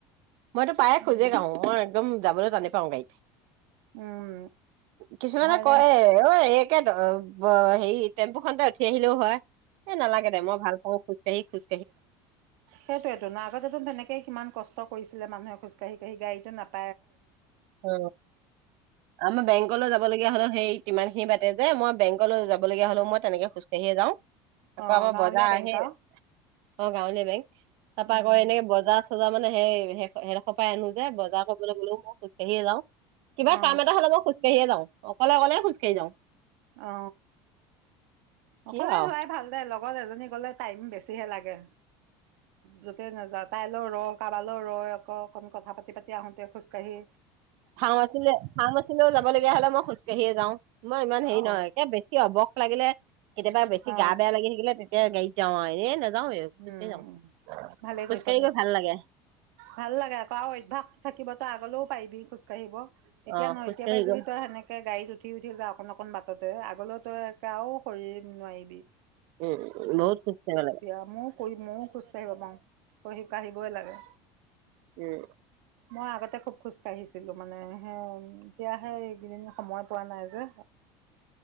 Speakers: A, on the right (about 55°); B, on the right (about 75°).
A: মইতো পায়ে
B: উম
A: খোজে কাঢ়ো। মই একদম ম যাবলৈ টানে পাওঁ গাডীত।
B: উম
A: কিছুমানে
B: হয়
A: কয়
B: দে
A: অ <inaudible> হেৰি টেম্পু খনতে উঠি আহিলেও হয়। এ নালাগে দে ম ভাল পাওঁ খোজ কাঢ়ি খোজ
B: সেইটোৱেটো আগতে তেনেকেই কিমান কষ্ট কৰিছিলে। মানুহে খোজ কাঢ়ি কাঢ়ি। গাড়ীত নাপ
A: অ আমাৰ বেংকলৈ যাব লগগীয়া হলে সেই ইমান খিনি বাতে যে মই বেংকলৈ যাবলগ হলেও মই তেনেকে খোজ সেয়ে যাওঁ আকৌ
B: অ
A: আমাৰ
B: গাঁৱলীয়া
A: বজাৰ
B: বেংক
A: আহে
B: আৰু
A: অ গাৱলীয়া বেংক। তাৰ পৰা
B: উম
A: আকৌ এনেই বজাৰ চজাৰ মানে সেই হেৰ এডোখৰ পই আনো যে বজাৰ <inaudible> খোজ কাঢ়িয়ে যাওঁ কিবা
B: অ
A: কাম এটা হ'লে মই খোজকাঢ়িয়ে যাওঁ। অকলে অকলেই খোজ কাঢ়ি যাওঁ।
B: অ
A: কি
B: অকলে
A: আৰু
B: যোৱাই ভাল দে লগ লগত এজনী গলে টাইম বেছিহে লাগে। য'তে নাযাত পাইলৰ ৰওঁ কালও ৰয়। আক অকণ কথা পাতি পাতি আহোতে খোজ কাঢ়ি
A: ভা আছিলে ভাং আছিলেও যাবলগীয়া হলে মই খোজকাঢ়িয়ে যাওঁ মই ইমান হেৰি
B: অ
A: নহয় একে বেছি হ'ব লাগিলে কেতিয়াবা বেছি
B: অ
A: গা বেয়া লাগি থাকিলে তেতিয়া গাড়ী, যাওঁ নাযাওঁৱে খোজকাঢ়ি
B: উম
A: যাওঁ
B: ভালেই
A: খোজকাঢ়ি
B: কৈছ দে
A: গৈ ভাল লাগে
B: ভাল লাগে আকৌ আৰু অভ্যাসটো থাকিব তই আগলৈও পাৰিবি খোজ কাঢ়িব। এতিয়া
A: অ
B: নহয়
A: খোজকাঢ়ি
B: এতিয়া পৰাাই
A: গৈ
B: যদি তই সেনেকে গাড়ীত উঠি উঠি যা অকন অকণ বাটতে আগলৈ তইে আৰু কৰি নোৱাৰিবি।
A: এ বহুত সুষ্ট গালাগ
B: মই কৰি মই খোজ কাঢ়িব পাৰো শ কাঢ়িবই লাগে
A: উম,
B: মই আগতে খুব খোজকাঢ়িছিলোঁ মানে হ এতিয়া হে কেইদিন সময়ত পোৱা নাই যে